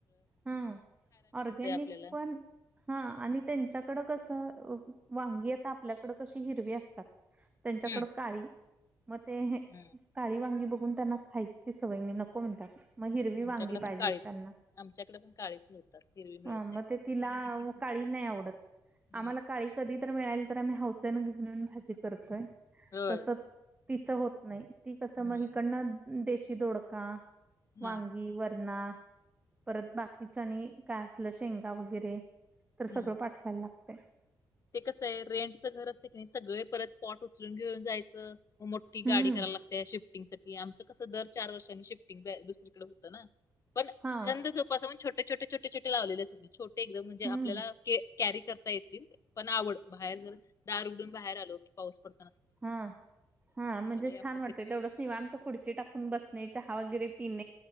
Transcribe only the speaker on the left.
आपल्याला
हम्म,
हम्म.
आमच्याकडे
पण काळीच
आमच्याकडे पण काळीच मिळतात, हिरवी
मिळत
नाहीत.
हम्म,
होय
हम्म,
हम्म,
हम्म.
ते कसं आहे रेंटचं घर असते की नाही, सगळे परत पॉट उचलून घेऊन जायच मोठी
गाडी करायला लागते, शिफ्टिंग साठी आमचं कसं दर चार वर्षांनी शिफ्ट तिकडं दुसरीकडे होत ना, पण
छंद जोपासाव म्हणून छोटे छोटे छोटे छोटे लावलेले असतात. छोटे एकदम म्हणजे
आपल्याला कॅरी करता येतील पण आवड बाहेर जर दार उघडून बाहेर आलो की पाऊस पडतो
आवडते